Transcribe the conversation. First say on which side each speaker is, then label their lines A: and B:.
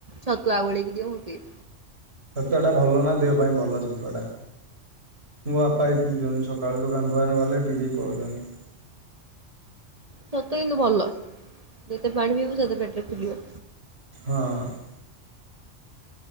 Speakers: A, on the right; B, on the right.
A: ଛତୁଆ ଗୋଳେଇକି ଦିଅ
B: ସତୁଆଟା ଭଲ ନା ଦେହ ପାଇଁ ଭଲ ସତୁଆଟା। ମୋ ବାପା ବି ପିଉଛନ୍ତି ସକାଳୁ ଦୋକାନ ଭୟାନ ଗଲେ ପିଇ ଦେଇକି ପଳାଉଛନ୍ତି।
A: ସତ କେୁ ଭଲ ଯେତେ ପାଣି ପିଇବୁ ସେତେ ପେଟରେ ଫଲିବ।
B: ହଁ।